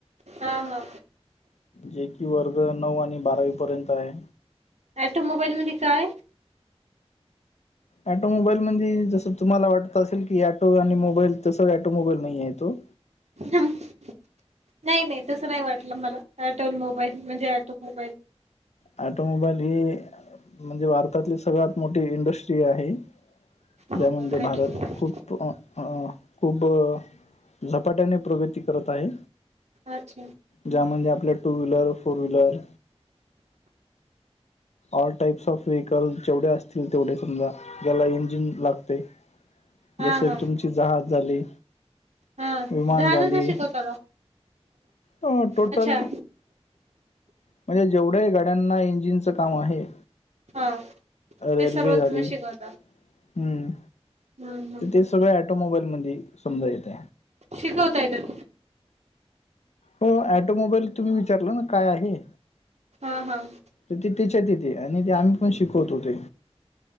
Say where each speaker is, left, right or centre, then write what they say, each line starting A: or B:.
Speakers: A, on the right (about 85°); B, on the left (about 80°).
A: हा. हा.
B: जे की वर्ग नऊ आणि बारावी पर्यंत आहे.
A: ॲटोमोबाईल मध्ये काय?
B: ऑटो मोबाईल म्हणजे जसं तुम्हाला ॲटोमोबाईल म्हणजे जसं, तुम्हाला वाटत असेल की ॲटो आणि मोबाईल तसं ॲटोमोबाईल नाही आहे तो
A: नाही नाही तस नाही वाटलं मला ॲटो आणि मोबाईल म्हणजे ॲटो मोबाईल
B: ॲटोमोबाईल ही म्हणजे भारतातली सर्वात मोठी इंडस्ट्री आहे.
A: हो
B: त्यामध्ये
A: का ऑटोमोबाईल
B: भारत खूप अ अ खूब झपाट्याने प्रगती करत आहे.
A: अच्छा.
B: ज्यामध्ये आपल्या two wheeler, four wheeler all types of vehicle जेवढे असतील तेवढे समजा, ज्याला इंजिन लागते.
A: हा
B: जस
A: हा
B: तुमची जहाज झाली.
A: हा
B: विमान
A: जहाजाचं
B: झाली,
A: शिकवता का
B: अ टोटल
A: अच्छा
B: म्हणजे जेवढ्याही गाड्यांना इंजिनचं काम आहे
A: हां ते
B: रेल्वे
A: सर्व
B: झाली
A: तुम्ही शिकवता.
B: हम्म,
A: हम्म, हम्म.
B: तर तेच सगळं ऑटोमोबाईल मध्ये समजा येतं.
A: शिकवताय तर.
B: हो ॲटोमोबाईल तुम्ही विचारलं ना काय आहे?
A: हां हां.
B: तर ते त्याच्यात येते आणि ते आम्ही पण शिकवतो ते.